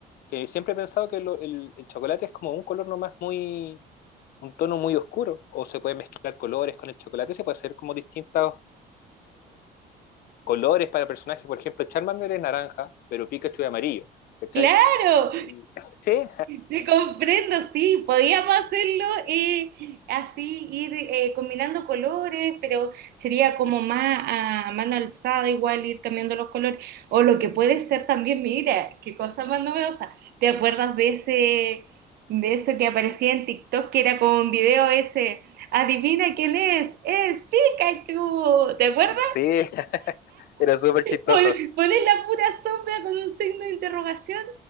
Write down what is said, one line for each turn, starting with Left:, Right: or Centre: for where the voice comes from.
Left: Que siempre he pensado que lo- el, el chocolate es como un color nomás muy, un tono muy oscuro, o se puede mezclar colores con el chocolate, se puede hacer como distintos colores para personajes, por ejemplo, Charmander es naranja, pero Pikachu es amarillo, ¿cachai?
Right: claro,
Left: Y- Sí,
Right: Te comprendo, sí, podíamos hacerlo eh, así, ir eh, combinando colores, pero sería como más a mano alzada, igual ir cambiando los colores. O lo que puede ser también, mira, qué cosa más novedosa. ¿Te acuerdas de ese, de eso que aparecía en TikTok, que era como un video ese? Adivina quién es, es Pikachu. ¿Te acuerdas?
Left: <laughs> sí, <laughs> era súper chistoso,
Right: Pon- Poner la pura sombra con un signo de interrogación.